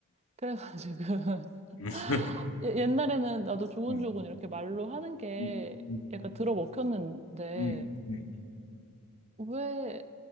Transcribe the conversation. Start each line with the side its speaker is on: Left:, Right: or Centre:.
Right: 그래가지고, <laughs>
Left: <laughs>
Right: 예- 옛날에는 나도 조곤조곤
Left: 음.
Right: 이렇게 말로 하는 게
Left: 음. 음.
Right: 약간 들어먹혔는데,
Left: 음. 음.
Right: 왜,